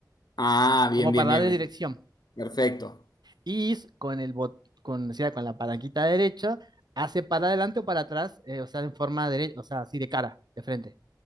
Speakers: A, on the left (about 65°); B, on the right (about 70°).
A: Ah, bien,
B: como
A: bien,
B: para
A: bien,
B: de
A: bien.
B: dirección.
A: Perfecto.
B: Y s- con el bot- con, o sea, con la palanquita derecha, hace para adelante o para atrás, eh, o sea, en forma derecha, o sea, así de cara, de frente.